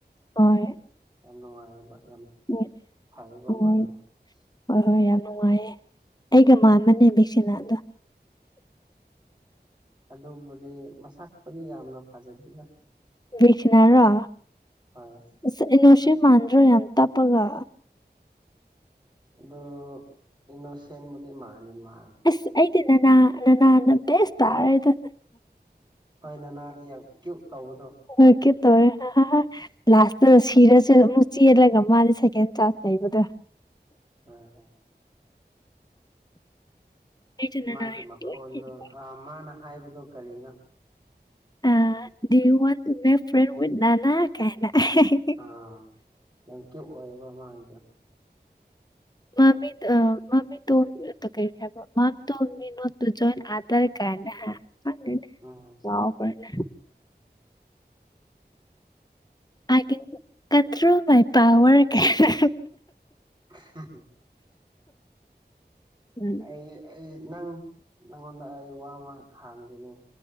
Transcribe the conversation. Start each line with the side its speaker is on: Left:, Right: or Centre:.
Left: ꯍꯣꯏ
Right: ꯌꯥꯝ ꯅꯨꯡꯉꯥꯢ ꯌꯦꯕ ꯌꯥꯝ
Left: ꯍꯣꯏ
Right: ꯐꯩꯌꯦꯕ
Left: ꯍꯣꯏ
Right: ꯃꯥꯗꯦ
Left: ꯍꯣꯏ ꯍꯣꯏ ꯌꯥꯝ ꯅꯨꯡꯉꯥꯏꯌꯦ ꯑꯩꯒ ꯃꯥꯟꯕꯅꯦ ꯕꯦꯛꯁꯤꯅꯥ ꯗꯣ
Right: ꯑꯗꯨꯕꯨꯗꯤ ꯃꯁꯛꯄꯨꯗꯤ ꯌꯥꯝꯅ ꯐꯖꯗꯦꯅ
Left: ꯕꯦꯛꯁꯤꯅꯔꯣ
Right: ꯍꯣꯏ
Left: ꯑꯁ ꯢꯅꯣꯁꯦꯟ ꯃꯥꯟꯗ꯭ꯔꯣ ꯌꯥꯝ ꯇꯞꯄꯒ
Right: ꯑꯗꯨ ꯏꯅꯣꯁꯦꯟꯕꯨꯗꯤ ꯃꯅꯤꯃꯥ
Left: ꯑꯁ ꯑꯩꯗꯤ ꯅꯅꯥ ꯅꯅꯥꯅ ꯕꯦꯁ ꯇꯥꯔꯦꯗ
Right: ꯍꯣꯏ ꯅꯅꯥꯅꯦ ꯌꯥꯝ ꯀ꯭ꯌꯨꯠ ꯇꯧꯕꯗꯣ
Left: ꯍꯣꯢ ꯀ꯭ꯌꯨꯠ ꯇꯧꯋꯦ ꯍꯥꯍꯥ ꯂꯥꯁꯇ ꯁꯤꯔꯁꯨ ꯑꯃꯨꯛ ꯆꯦꯜꯂꯒ ꯃꯥꯗꯤ ꯁꯦꯀꯦꯟ ꯇꯥ ꯂꯩꯕꯗꯣ
Right: ꯑꯥ ꯑꯥ
Left: ꯑꯩꯁꯨ ꯅꯅꯥ
Right: ꯃꯥꯒꯤ
Left: ꯌꯥꯝ
Right: ꯃꯈꯣꯟꯗꯣ
Left: ꯇꯣꯏꯅ
Right: ꯑ ꯃꯥꯅ ꯍꯥꯏꯕꯗꯣ ꯀꯔꯤꯅꫭ
Left: ꯑ do you want to make friend with ꯅꯅꯥ ꯀꯥꯏꯅ ꯑꯍꯦꯍꯦ
Right: ꯑꯥ ꯌꯥꯝ ꯀ꯭ꯌꯨꯠ ꯑꯣꯏꯌꯦꯕ ꯃꯥꯒꯤꯗꯣ
Left: ꯃꯃꯤꯠ ꯑ ꯃ <unintelligible> ꯀꯩ ꯍꯥꯏꯕ ꯃꯝ to me not to join other ꯀꯥꯢꯅ ꯈꯪꯗꯦꯅꯦ
Right: ꯑꯥ
Left: ꯂꯥꯎꯒꯔꯦ ꯅꯦ I can control my power ꯀꯥꯢꯅ
Right: ꯑꯍꯝꯝ
Left: ꯎꯝ
Right: ꯑꯩ ꯑꯩ ꯅꯪ ꯅꯪꯉꯣꯟꯗ ꯑꯩ ꯋꯥ ꯑꯃ ꯍꯪꯒꯦꯅꯦ